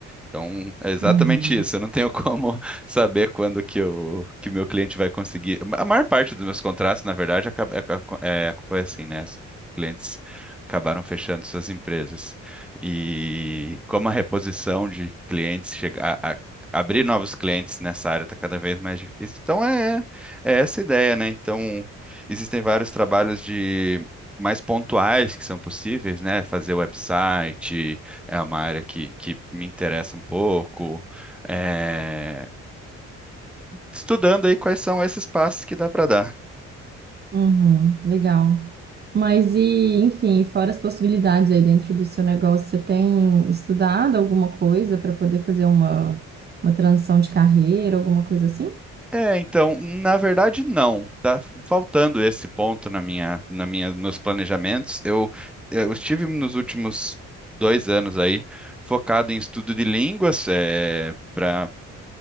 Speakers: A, in the centre; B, on the right (about 35°).
A: Então, é exatamente
B: Uhum.
A: isso. Eu não tenho como <laughs> saber quando que o que o meu cliente vai conseguir. A maior parte dos meus contratos, na verdade, acaba- é- é- foi assim, né? Os clientes acabaram fechando suas empresas. E como a reposição de clientes chegar a, a- abrir novos clientes nessa área está cada vez mais difícil. Então, é, é essa a ideia, né? Então, existem vários trabalhos de mais pontuais que são possíveis, né? Fazer website é uma área que, que me interessa um pouco. É, Estudando aí quais são esses passos que dá para dar.
B: Uhum, legal. Mas e, enfim, fora as possibilidades aí dentro do seu negócio, você tem estudado alguma coisa para poder fazer uma, uma transição de carreira, alguma coisa assim?
A: É, então, na verdade, não. Tá faltando esse ponto na minha, na minha, nos planejamentos. Eu, eu estive nos últimos dois anos aí focado em estudo de línguas, é, para